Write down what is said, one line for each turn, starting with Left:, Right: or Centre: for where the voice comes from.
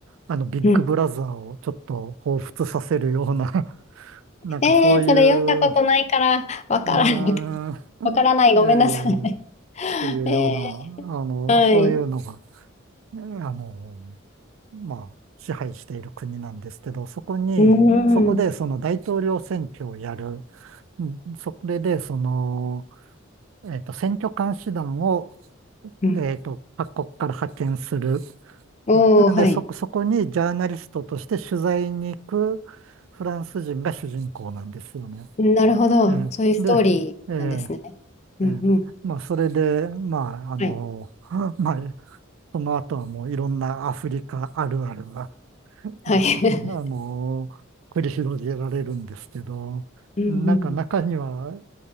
Right: あの、ビッグブラザーをちょっと彷彿させるような、
Left: うん。
Right: <laughs> なんかそういう、
Left: えー、それ読んだことないから、
Right: う
Left: わからない。
Right: ーん、
Left: わからない。ごめんなさい。
Right: えー
Left: <laughs>
Right: というような、
Left: え
Right: あの、
Left: ー、はい。
Right: そういうのが、あの、まあ、支配している国なんですけど、そこに、
Left: うん。
Right: そこでその大統領選挙をやる、うんそれでその、えっと、選挙監視団を、
Left: うん。
Right: えっと、各国から派遣する。
Left: おお、
Right: なんで、
Left: はい。
Right: そこ、そこにジャーナリストとして取材に行くフランス人が主人公なんですよね。
Left: なるほど。
Right: ええで、
Left: そういうストーリーなんですね。
Right: ええ
Left: うんうん。
Right: ええまあ、それで、まあ、あの、
Left: はい。
Right: <laughs> まあ、その後はもういろんなアフリカあるあるが
Left: はい。
Right: が、<laughs> あの、
Left: <laughs>
Right: 繰り広げられるんですけど、
Left: うんうん
Right: なんか中には、